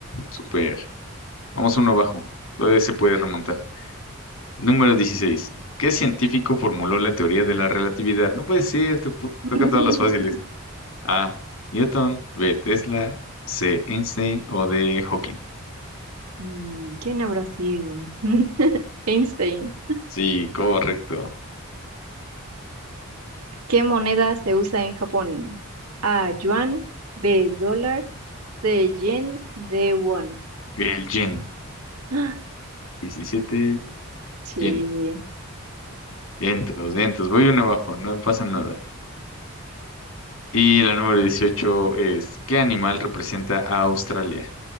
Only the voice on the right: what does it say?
<laughs>
Mm, ¿quién habrá sido? <laughs> Einstein.
¿Qué moneda se usa en Japón? A, yuan, B, dólar, C, yen, D, won.
¡Ah!
Sí.